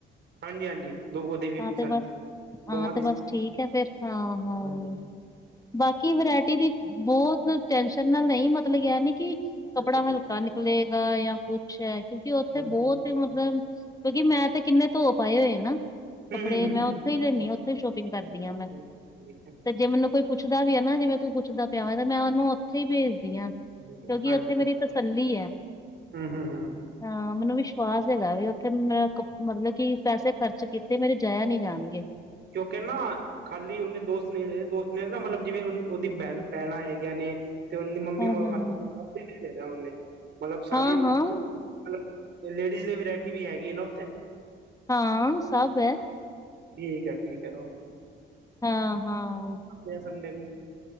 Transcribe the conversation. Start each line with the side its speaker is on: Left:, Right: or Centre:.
Right: ਹਾਂਜੀ ਹਾਂਜੀ ਦੋ ਉਹਦੇ ਵੀ
Left: ਹਾਂ, ਤੇ
Right: ਸੰ
Left: ਬਸ, ਹਾਂ
Right: ਦੋਵਾਂ ਦੀ
Left: ਤੇ
Right: ਸੰ
Left: ਬਸ ਠੀਕ ਐ ਫੇਰ, ਹਾਂ-ਹਾਂਂ।
Right: ਹਾਂਜੀ
Left: ਬਾਕੀ ਵਰਾਇਟੀ ਦੀ ਬਹੁਤ ਟੈਨਸ਼ਨ ਨਾ ਲਈ, ਮਤਲਬ ਐ ਨੀ ਕਿ
Right: ਅੱਛਾ
Left: ਕੱਪੜਾ
Right: ਅੱਛਾ ਅੱਛਾ
Left: ਹਲਕਾ ਨਿਕਲੇਗਾ, ਯਾ ਕੁੱਛ ਐ, ਕਿਉਂਕਿ ਓ ਥੇ
Right: ਹਾਂਜੀ
Left: ਬਹੁਤ ਈ ਮਤਲਬ, ਕਿਉਂਕਿ ਮੈਂ ਤੇ ਕਿੰਨੇ ਧੋ ਪਾਏ ਹੋਏ ਨਾ। ਕੱਪੜੇ,
Right: ਹੂੰ ਹੂੰ
Left: ਮੈਂ
Right: ਹੂੰ
Left: ਉੱਥੋ ਈ ਲੈਂਨੀ
Right: ਅੱਛਾ ਅੱਛਾ
Left: ਆ, ਉੱਥੋ ਈ ਸ਼ੋਪਿੰਗ ਕਰਦੀ ਆ
Right: ਠੀਕ
Left: ਮੈਂ,
Right: ਹੈ ਠੀਕ ਹੈ
Left: ਤੇ ਜੇ ਮੈਨੂੰ ਕੋਈ ਪੁੱਛਦਾ ਵੀ ਐ ਨਾ, ਜਿਵੇਂ ਤੂੰ ਪੁੱਛਦਾ ਪਿਆ ਵਾਂ, ਤੇ ਮੈਂ ਉਹਨੂੰ ਉੱਥੇ ਈ ਭੇਜਦੀ ਆਂ। ਕਿਉਂਕਿ
Right: ਠੀਕ ਹੈ ਹਾਂਜੀ
Left: ਉੱਥੇ ਮੇਰੀ ਤਸੱਲੀ ਐ,
Right: ਹੂੰ ਹੂੰ ਹੂੰ
Left: ਹ ਮੈਨੂੰ ਵਿਸ਼ਵਾਸ ਹੈਗਾ ਵੇ, ਉੱਥੇ ਮੈਂ ਮਤਲਬ ਕਿ ਪੈਸੇ ਖਰਚ ਕੀਤੇ ਮੇਰੇ ਜਾਇਆ ਨੀ ਜਾਣਗੇ।
Right: ਕਿਉਂਕਿ ਨਾ ਖਾਲੀ ਉਹਨੇ ਦੋਸਤ ਨੇ, ਦੋਸਤ ਨੇ ਨਾ ਮਤਲਬ ਜਿਵੇਂ ਉਹਦੀ ਭੈਣਾਂ ਹੈਗੀਆਂ ਨੇ ਤੇ ਉਹਦੀ ਮੰਮੀ
Left: ਹਾਂ
Right: <unintelligible>
Left: ਹਾਂ
Right: ਲੈਣਾ ਉਹਨੇ, ਮਤਲਬ ਸਾਰੀ
Left: ਹਾਂ ਹਾਂ
Right: ਮਤਲਬ ਲੇਡੀਜ਼ ਲਈ ਵਰਾਇਟੀ ਵੀ ਹੈਗੀ ਐ ਨਾ ਓਥੇ।
Left: ਹਾਂ ਸਭ ਐ।
Right: ਠੀਕ ਐ ਠੀਕ ਐ ਓਕੇ।
Left: ਹਾਂ-ਹਾਂ।
Right: ਮਿਲਦੇ ਆ ਸੰਡੇ ਨੂੰ।